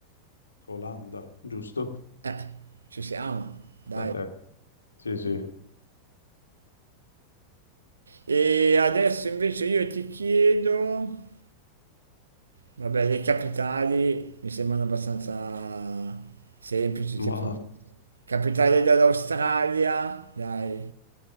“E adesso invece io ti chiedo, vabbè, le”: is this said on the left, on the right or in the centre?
Right